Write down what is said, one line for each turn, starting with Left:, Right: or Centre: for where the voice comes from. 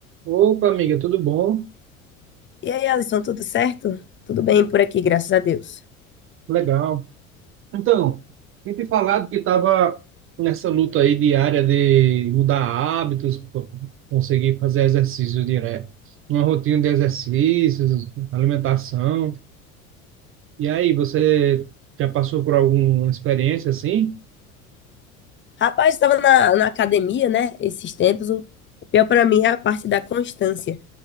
Right: Opa, amiga, tudo bom?
Left: E aí, Alisson, tudo certo? Tudo bem por aqui, graças a Deus.
Right: Legal. Então, tinha te falado que estava nessa luta aí diária de mudar hábitos, co- conseguir fazer exercícios direto, uma rotina de exercícios, alimentação. E aí, você já passou por alguma experiência assim?
Left: Rapaz, estava na, na academia, né? Esses tempos, o, o pior para mim é a parte da constância,